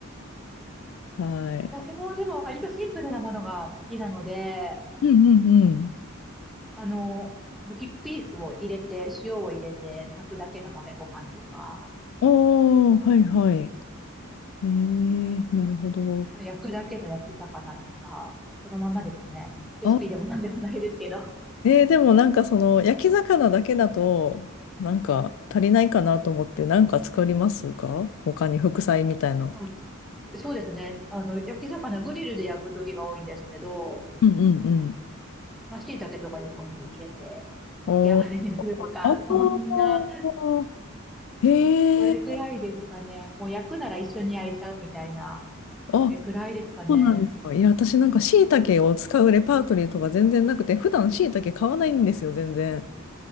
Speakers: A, on the left; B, in the centre.
A: はい。
B: 私もでも割とシンプルなものが好きなので、
A: うんうんうん。
B: あの、むきピースを入れて、塩を入れて、炊くだけの豆ご飯とか、
A: おー、はいはい。えー、なるほど。
B: 焼くだけの焼き魚とか、そのままですね。レシピでも何でもないですけど。
A: あ、えー、でもなんかその、焼き魚だけだと、なんか足りないかなと思って、なんか作りますか他に副菜みたいな。
B: あ、そうですね。あの、焼き魚、グリルで焼く時が多いんですけど、
A: うんうんうん。
B: まあ、椎茸とか横に入れて、
A: おー、
B: 付け合わせにするとか、
A: あー、
B: そんな、
A: へえ、
B: それくらいですかね。もう焼くなら一緒に焼いちゃうみたいな、
A: あ、
B: それくらいですかね。
A: そうなんですか。いや、私なんか椎茸を使うレパートリーとか全然なくて、普段椎茸買わないんですよ、全然。